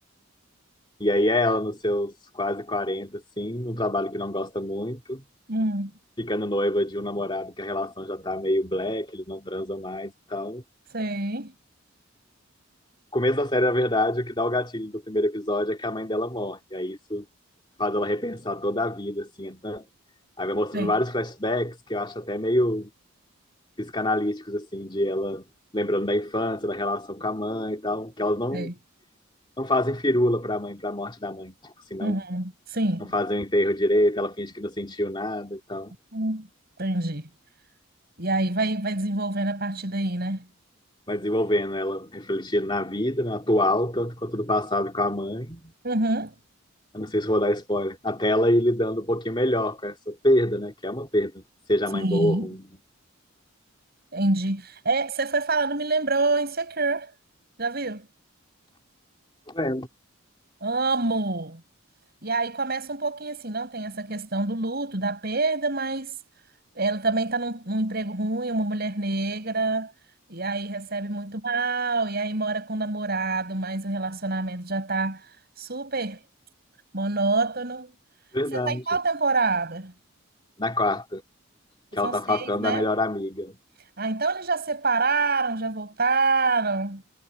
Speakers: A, on the left (about 20°); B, on the right (about 50°).
A: E aí ela, nos seus quase 40, assim, num trabalho que não gosta muito,
B: Hum,
A: ficando noiva de um namorado que a relação já tá meio black, eles não transam mais, então.
B: sei.
A: o começo da série, na verdade, o que dá o gatilho do primeiro episódio é que a mãe dela morre. E aí isso faz ela repensar toda a vida, assim. então- Aí vai mostrando
B: Sei,
A: vários flashbacks que eu acho até meio psicanalíticos, assim, de ela lembrando da infância, da relação com a mãe e tal, que elas não,
B: sei.
A: não fazem firula pra mãe, pra morte da mãe. Tipo assim, não,
B: Uhum. Sim.
A: não fazem o enterro direito, ela finge que não sentiu nada e tal.
B: Hum, Entendi. E aí vai, vai desenvolvendo a partir daí, né?
A: vai desenvolvendo ela refletindo na vida, no atual, tanto quanto no passado com a mãe.
B: Uhum.
A: Eu não sei se vou dar spoiler. Até ela ir lidando um pouquinho melhor com essa perda, né? Que é uma perda, seja
B: Sim,
A: a mãe boa ou ruim.
B: entendi. É, você foi falando, me lembrou Insecure. Já viu?
A: né? É,
B: Amo! E aí começa um pouquinho assim, não tem essa questão do luto, da perda, mas ela também está num, num emprego ruim, uma mulher negra, e aí recebe muito mal, e aí mora com o namorado, mas o relacionamento já tá super monótono.
A: verdade.
B: Você tá em qual temporada?
A: Na quarta, que
B: São
A: ela
B: seis,
A: tá afastando
B: né?
A: da melhor amiga.
B: Ah, então eles já separaram, já voltaram.